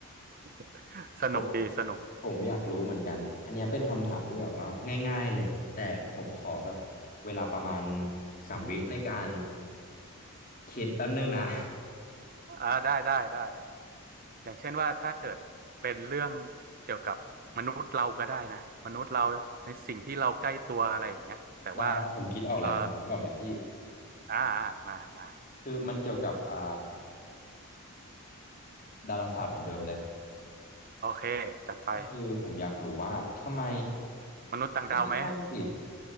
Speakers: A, on the right (about 40°); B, on the left (about 40°).
A: <laughs> สนุกดีสนุก
B: ผม ผมอยากรู้เหมือนกันอันเนี้ยเป็นคำถามที่แบบว่าง่ายๆเลยแต่ผมขอแบบเวลาประมาณสามวิในการคิดแป๊บนึงนะ
A: อ่าได้ได้ได้ อย่างเช่นว่าถ้าเกิดเป็นเรื่องเกี่ยวกับมนุษย์เราก็ได้นะมนุษย์เราในสิ่งที่เราใกล้ตัวอะไรอย่างเงี้ยแต่ว่า
B: <laughs> ได้ได้ผมคิดออกแล้วผมคิดออกแล้วพี่
A: เอ่ออ่าอ่ามามา
B: คือมันเกี่ยวกับอ่าดาราศาสตร์เหมือนเดิมเลย
A: โอเคจัดไป
B: ก็คือผมอยากรู้ว่าทำไม
A: มนุษย์ต่างดาวไหม
B: เอ้ยไม่ใช่สิ